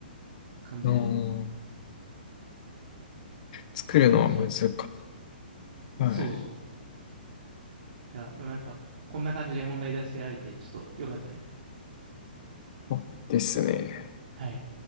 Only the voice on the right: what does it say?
感じで
やってましたね。そうそう。
いや、でもなんか、こんな感じで問題出してあえて、ちょっと良かったです。
はい。